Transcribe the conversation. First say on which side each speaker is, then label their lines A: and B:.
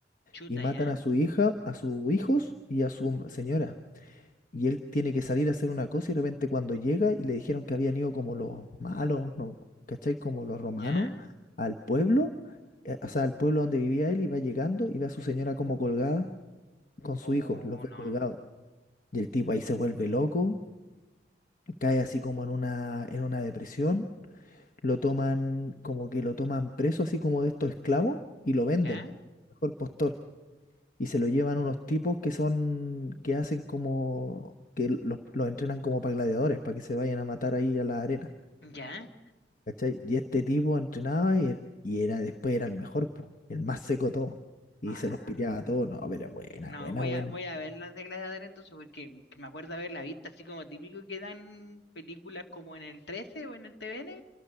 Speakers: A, on the left; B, on the left.
A: Chuta,
B: y matan
A: ¿ya?
B: a su hija, a sus hijos y a su señora. Y él tiene que salir a hacer una cosa y de repente cuando llega y le dijeron que habían ido como los malos, ¿no? ¿Cachai? Como los romanos
A: ¿Ya?
B: al pueblo, eh, o sea, al pueblo donde vivía él y va llegando y ve a su señora como colgada con su
A: ¿O
B: hijo, los ve
A: no?
B: colgados. Y el tipo ahí se vuelve loco, cae así como en una, en una depresión, lo toman, como que lo toman preso, así como de estos esclavos, y lo venden,
A: ¿Ya?
B: mejor postor. Y se lo llevan unos tipos que son, que hacen como, que los, los entrenan como para gladiadores, para que se vayan a matar ahí a la arena.
A: ¿Ya?
B: ¿Cachai? Y este tipo entrenaba y, y era, después era el mejor, po, el más seco de todo. Y
A: Ah,
B: se los piteaba a todos. No, pero buena,
A: no,
B: buena,
A: voy
B: buena.
A: a, voy a ver las de Gladiador entonces, porque que me acuerdo haberla visto así como típico que dan películas como en el 13 o en el T V N